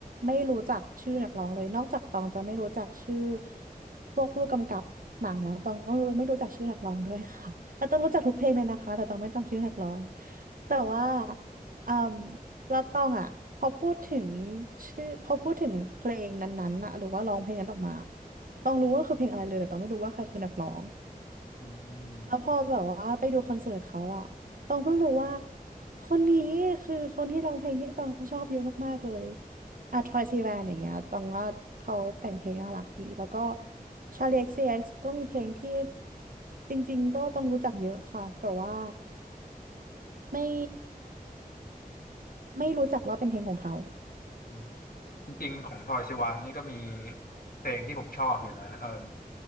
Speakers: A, on the right; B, on the left.
A: ไม่รู้จักชื่อนักร้องเลยนอกจากตองจะไม่รู้จักชื่อพวกผู้กำกับหนังแล้วตองก็ไม่รู้ไม่รู้จักชื่อนักร้องด้วยค่ะ <laughs> แต่ตองรู้จักทุกเพลงเลยนะคะแต่ตองไม่จำชื่อนักร้องแต่ว่าอืมแล้วตองอะพอพูดถึงชื่อพอพูดถึงเพลงนั้นๆอะหรือว่าร้องเพลงนั้นออกมาตองรู้ว่าคือเพลงอะไรเลยแต่ตองไม่รู้ว่าใครคือนักร้อง
B: อืม
A: แล้วพอแบบว่าไปดูคอนเสิร์ตเขาอะตองเพิ่งรู้ว่าคนนี้คือคนที่ร้องเพลงที่ตองชอบเยอะมากๆเลยอะทรอยซีแวนอย่างเงี้ยตองว่าเขาแต่งเพลงน่ารักดีแล้วก็ชาลี XCX กซ์ซีเอ็กซ์ก็มีเพลงที่จริงๆก็ต้องรู้จักเยอะค่ะแต่ว่าไม่ไม่รู้จักว่าเป็นเพลงของเขา
B: อืมจริงๆของทรอยซิวานนี่ก็มีเพลงที่ผมชอบอยู่นะเอ่ม